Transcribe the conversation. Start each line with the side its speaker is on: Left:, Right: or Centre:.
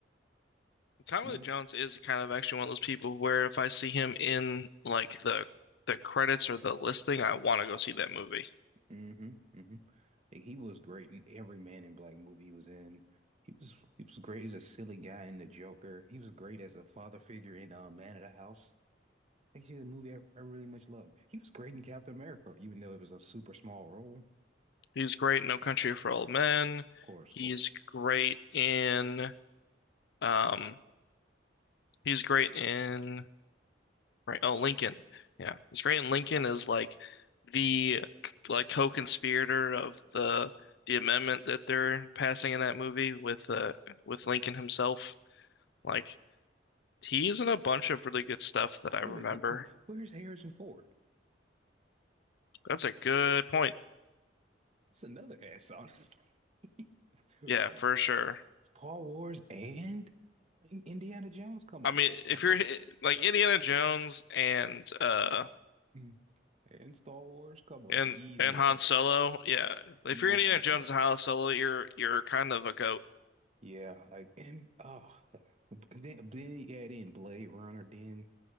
Left: Tommy
Right: Even
Left: Lee Jones is kind of actually one of those people where if I see him in like the the credits or the listing, I want to go see that movie.
Right: mm-hmm, mm-hmm. Like, he was great in every Man in Black movie he was in. He was he was great as a silly guy in The Joker. He was great as a father figure in uh, Man of the House. Actually, a movie I, I really much love. He was great in Captain America, even though it was a super small role. Of
Left: He's great in No Country for Old Men.
Right: course,
Left: He's
Right: of course.
Left: great in um he's great in right oh Lincoln. Yeah. He's great in Lincoln is like the like co-conspirator of the the amendment that they're passing in that movie with uh with Lincoln himself. Like he's in a bunch of really good stuff that I
Right: Wait
Left: remember.
Right: a minute, wh wh where's Harrison Ford?
Left: That's a good point.
Right: That's another ass on it. <laughs>
Left: Yeah,
Right: from
Left: for sure.
Right: Star Wars and In- Indiana Jones. Come
Left: I
Right: on,
Left: mean, if
Right: come
Left: you're
Right: on, <laughs>
Left: like Indiana Jones and uh
Right: Mm. and Star Wars. Come on,
Left: and
Right: it's an easy
Left: and Han
Right: ass,
Left: Solo, yeah. If
Right: easy
Left: you're Indiana Jones
Right: ass.
Left: and Han Solo, you're you're kind of a goat.
Right: Yeah, like and oh, then then you add in Blade Runner. Then